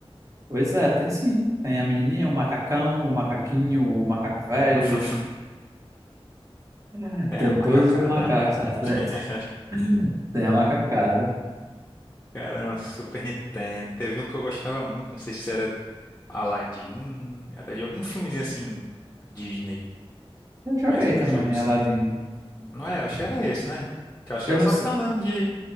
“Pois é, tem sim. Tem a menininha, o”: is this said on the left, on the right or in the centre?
Right